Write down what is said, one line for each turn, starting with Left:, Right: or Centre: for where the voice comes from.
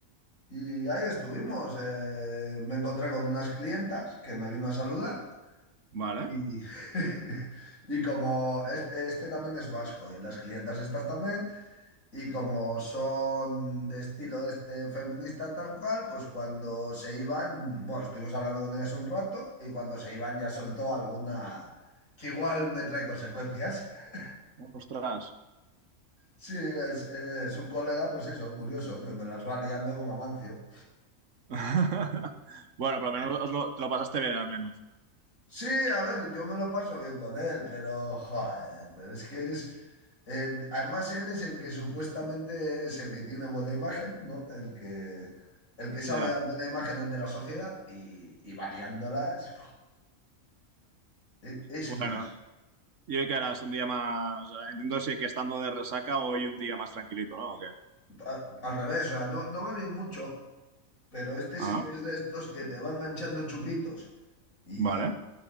Left: Y ahí estuvimos. eh, me encontré con unas clientas que me vino a saludar.
Right: vale.
Left: Y, <laughs> y como este, este también es vasco y las clientas estas también, y como son de estilo de este feminista tal cual, pues cuando se iban, bueno, estuvimos hablando con ellas un rato y cuando se iban ya soltó alguna que igual me trae consecuencias. <laughs>
Right: Ostras.
Left: Sí, es, es un colega, pues eso, curioso, que me las va liando como Amancio.
Right: <laughs> Bueno, por lo menos os lo, te lo pasaste bien, al menos.
Left: Sí, a ver, yo me lo paso bien con él, pero, joder, pero es que es, Eh, además, él es el que supuestamente es el que tiene buena imagen, ¿no? El que, el que sabe
Right: Ya.
Left: dar buena imagen ante la sociedad y, y va liándola. Es, es- es
Right: Bueno,
Left: un caso.
Right: ¿y hoy qué harás? ¿Un día más? Entiendo si que estando de resaca hoy un día más tranquilito, ¿no? ¿O qué?
Left: A- al revés, o sea, no, no bebí mucho, pero este
Right: Ah,
Left: sí que es de estos que te va enganchando chupitos. Y,
Right: vale.